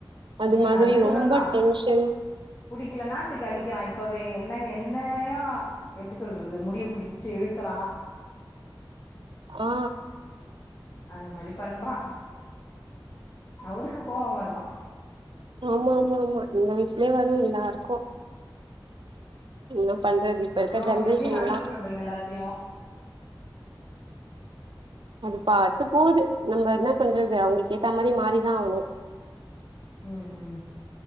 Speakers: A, on the right; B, on the left.
A: அது
B: ம்
A: மாதிரி
B: கூட
A: ரொம்ப
B: தா
A: டென்ஷன்
B: புடிக்கலன்னா துக்கு அடிக்கிறா இப்பவே என்ன என்னையு எப்டி சொல் றது முடிய பிடிச்சி இழுக்கறா
A: ஆ
B: அந்த மாரி பண்றா அவருக்கு கோவ வருதா
A: ஆமா ஆமா ஆமா எங்க வீட்லயே வரு எல்லாருக்கு இன்னு பண்றது இப்ப
B: அப்புறோ
A: இருக்க ஜென்ரேஷன்ல்லா
B: எப்டி ஹேண்டில் பண்றீங்க எல்லாத்தையு
A: அது பாட்டு போகுது நம்ம என்ன பண்றது அவங்களுக்கு ஏத்த மாரி மாறிதா ஆகணு
B: ம் ம்